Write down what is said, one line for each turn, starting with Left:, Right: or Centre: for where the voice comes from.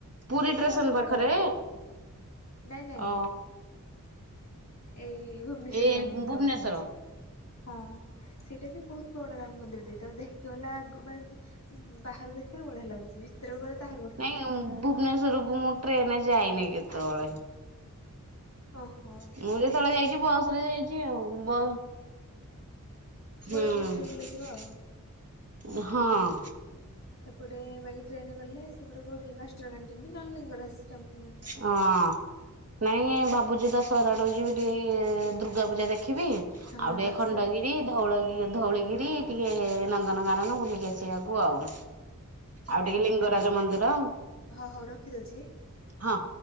Right: ପୁରୀ
Left: ସେଇଠୁ
Right: ଷ୍ଟେସନ
Left: ଅଳ୍ପ
Right: ପାଖରେ
Left: ବାଟ ହବ ନାଇଁ ନାଇଁ
Right: ଅ
Left: ଏଇ ଭୁବନେଶ୍ଵର
Right: ଏଇ
Left: ରାମ ମନ୍ଦିର
Right: ଭୁବନେଶ୍ଵର
Left: କଥା କହୁଛି, ହଁ ସେଇଟା ବି ବହୁତ ବଡ ରାମ ମନ୍ଦିର ଟେ, ତା ଦେଖିବାଲା ଆଗ ମାନେ ବାହାରୁ ଦେଖିବାଲେ ବଢି ହେଲା ଲାଗୁଛି ଭିତରକୁ ଗଲେ ତା
Right: ନାଇଁ ଭୁବନେଶ୍ଵର କୁ ମୁଁ ଟ୍ରେନ ରେ ଯାଇନି କେତେବେଳେ।
Left: ଓହୋ
Right: ମୁଁ ଯେତେବେଳେ ଯାଇଛି ବସ ରେ ଯାଇଛି ଆଉ ବ ହୁଁ
Left: ବରମୁଣ୍ଡାଠି ଓହ୍ଲେଇଥିବ ଆଉ।
Right: ହଁ
Left: ସେପଟେ ବାକି ଟ୍ରେନେ ଗଲେ ସେପଟେ କୋଉଠି ମାଷ୍ଟର କାନ ନଲିଙ୍ଗରଷ୍ଟମ୍
Right: ହଁ ନାଇଁ ଭାବୁଚିତ ଦଶହରା ଆଡକୁ ଯିବ ଟିକେ ଦୁର୍ଗା ପୂଜା ଦେଖିବି ଆଉ
Left: ହଁ
Right: ଟିକେ
Left: ଦଶ
Right: ଖଣ୍ଡଗିରି ଧଉଳିିଗିରି ଧଉଳିଗିରି ଟିକେ ନନ୍ଦନ କାନନ ବୁଲିକି ଆସିବାକୁ ଆଉ ଆଉ ଟିକେ ଲିଙ୍ଗରାଜ ମନ୍ଦିର
Left: ହଁ ହଉ ରଖିଦଉଛି।
Right: ହଁ